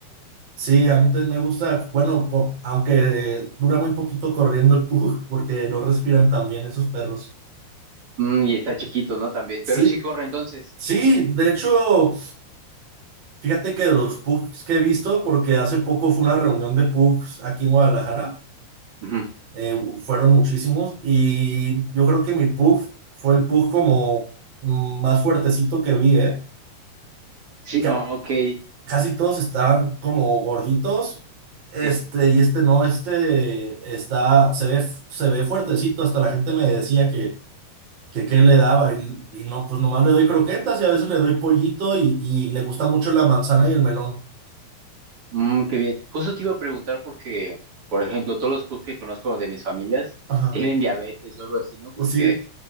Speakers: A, on the right; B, on the right.
A: Sí, a mí también me gusta, bueno, co- aunque eh, dura muy poquito corriendo el pug, porque no respiran tan bien esos perros.
B: Mm, y está chiquito, ¿no? También.
A: Sí,
B: Pero sí corre entonces.
A: sí, de hecho, fíjate que de los pugs que he visto, porque hace poco fue una reunión de pugs aquí en Guadalajara.
B: Ujú.
A: eh, fueron muchísimos y yo creo que mi puff fue el puff como mm, más fuertecito que vi, ¿eh?
B: Sí,
A: Ca-
B: ah, ok. Ujú,
A: casi todos estaban como gorditos, este
B: Sí.
A: y este no, este está, se ve, se ve fuertecito, hasta la gente me decía que, que qué le daba y, y no, pues nomás le doy croquetas y a veces le doy pollito y, y le gusta mucho la manzana y el melón.
B: Mm, qué bien. Justo te iba a preguntar porque, por ejemplo, todos los pubs que conozco de mis familias
A: Ajá,
B: tienen diabetes o algo así, ¿no? Porque
A: sí.